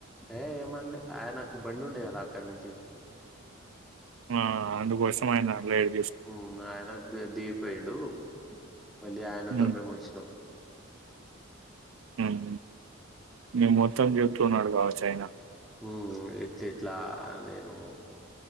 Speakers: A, in the centre; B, on the right.
A: ఏ ఏమన్లే ఆయనక్ ఒ బండి ఉండే కదా అక్కడ నుంచి
B: ఆ అందుకోసమైన లేదు
A: మ్మ్ ఆయన ద దిగిపోయిండు మళ్ళీ ఆయనతో
B: హ్మ్
A: మేమ్ వచ్చినం
B: మ్మ్ నీ మొత్తం జేప్తున్నాడు గావచ్చు ఆయన
A: ఉమ్మ్ ఇట్లు ఇట్లా నేను